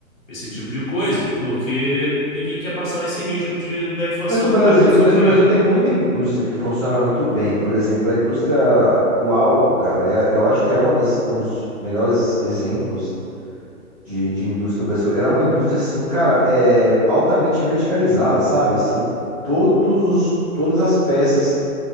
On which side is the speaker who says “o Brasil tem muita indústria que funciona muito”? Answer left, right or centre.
Centre